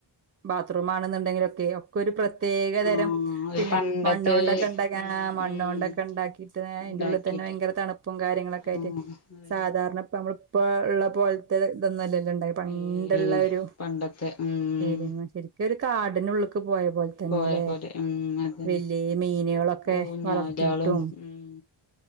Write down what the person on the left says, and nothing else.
ആഹ് ഒരു
പണ്ടത്തെ
ഒരു
ഉം
ഉം
ഉണ്ടാക്കിട്ട്
ആഹ്
അതന്നെ
ഏയ്
പണ്ടത്തെ ഉം
പോയ പോലെ ഉം അതന്നെ
ഊഞ്ഞാലാളും
ഉം